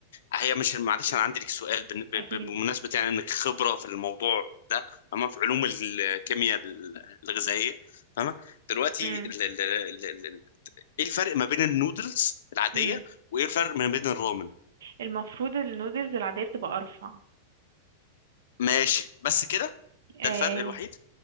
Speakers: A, on the left; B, on the right.
A: هي مش معلش انا عندي لك سؤال بن- ب-
B: اكيد
A: ب- بمناسبه يعني انك خبره في الموضوع ده اما في علوم الكيمياء الغذائيه فاهمه دلوقتي
B: امم
A: ال ال ال ال ال- ايه الفرق ما بين النودلز العاديه
B: امم
A: وايه الفرق ما بين الرامن
B: المفروض النودلز العادية بتبقى ارفع
A: ماشي بس كده
B: آه
A: ده الفرق الوحيد